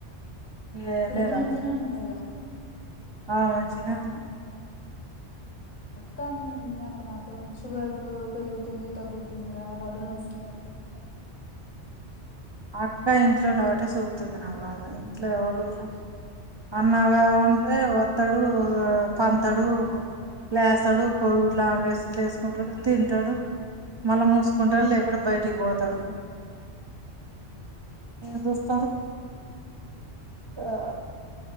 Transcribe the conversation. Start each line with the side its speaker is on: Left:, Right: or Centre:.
Right: ఏం
Left: ఇప్పుడైతే
Right: లేదమ్మ
Left: మంచిన ఉన్నావుగా
Right: ఆ మంచిన ఉ
Left: క్కనీ నిన్న క నా షుగర్ పెరుగుతుంది తగ్గుతుందిరా నడులు న వస్తుినాయి అ
Right: అక్క ఇంట్లో లో ఒకటే చూతుంది నావ్వాగా ఇంట్లో ఎవలూరు అన్నగా ఉంట్రే వత్తడు, తంతడు లేస్తాడు, కోడు గుడ్లు అమ్లెట్లు లేసుకుంటాడు, తింటడు మళ్ళా మూసుకుంటడు లేకుంటే బయటికి పోతడు. స అ సరే ఆ